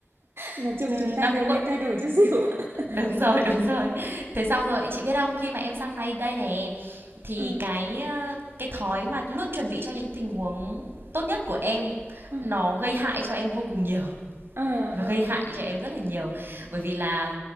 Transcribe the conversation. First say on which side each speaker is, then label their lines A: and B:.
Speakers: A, on the right; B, on the right.
A: Nói chung
B: Ờ,
A: chúng ta
B: nó
A: đều
B: cũng
A: nên
B: có
A: thay đổi chút xíu. <laughs>
B: Đúng rồi, đúng rồi. Thế xong rồi, chị biết không, khi mà em sang đây đây này thì
A: Ừ.
B: cái, ơ, cái thói mà luôn chuẩn bị cho những tình huống tốt nhất của em
A: Ừ.
B: nó gây hại cho em vô cùng nhiều,
A: Ờ,
B: nó
A: ờ,
B: gây hại
A: ờ,
B: cho em rất là nhiều. Bởi vì là,